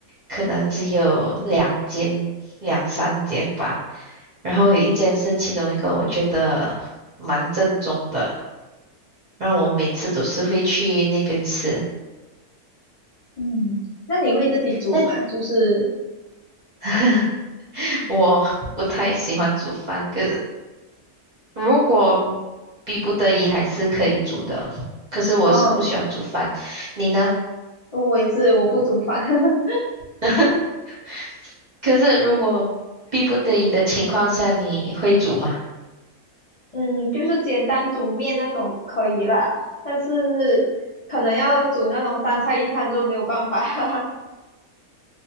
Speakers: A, on the right (about 45°); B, on the left (about 60°).
A: 可能只有两间、两三间吧。然后有一间是其中一个，我觉得蛮正宗的，然后我每次都是会去那边吃。
B: 嗯，那你会自己煮吗？
A: 那你？
B: 就是，
A: <laughs> <laughs> 我不太喜欢煮饭，可是如果逼不得已还是可以煮的。可是我是不喜欢煮饭，
B: 哦，
A: 你呢？
B: 我也是，我不煮饭。<laughs>
A: <laughs> 可是如果逼不得已的情况下，你会煮吗？
B: 嗯，就是简单煮面那种可以啦，但是可能要煮那种三菜一汤就没有办法。<laughs>